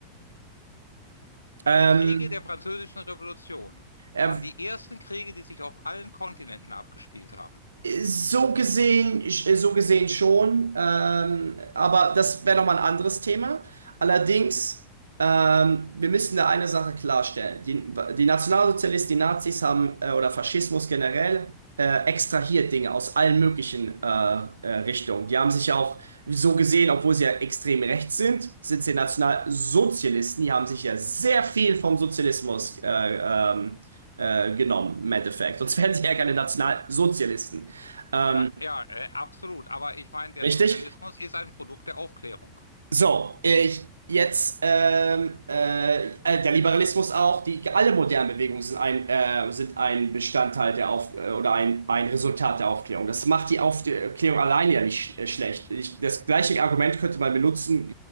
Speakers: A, on the right (about 75°); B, on the left (about 85°).
A: Ähm,
B: Die Kriege der Französischen Revolution
A: er,
B: waren die ersten Kriege, die sich auf allen Kontinenten abgespielt haben.
A: So gesehen, so gesehen schon, ähm, aber das wäre nochmal ein anderes Thema. Allerdings, ähm, wir müssen da eine Sache klarstellen. Die, die Nationalsozialisten, die Nazis haben, äh, oder Faschismus generell, äh, extrahiert Dinge aus allen möglichen äh, äh, Richtungen. Die haben sich ja auch so gesehen, obwohl sie ja extrem rechts sind, sind sie Nationalsozialisten. Die haben sich ja sehr viel vom Sozialismus äh, ähm, äh, genommen, im Endeffekt. Sonst <laughs> wären sie ja keine Nationalsozialisten. Ähm,
B: Ja, ja, äh, absolut. Aber ich meine, der
A: richtig?
B: Sozialismus ist ein Produkt der Aufklärung.
A: So, ich, jetzt ähm, äh, äh, der Liberalismus auch, die alle modernen Bewegungen sind ein, äh, sind ein Bestandteil der Auf äh, oder ein, ein Resultat der Aufklärung. Das macht die Aufklärung alleine ja nicht sch äh, schlecht. Ich, das gleiche Argument könnte man benutzen,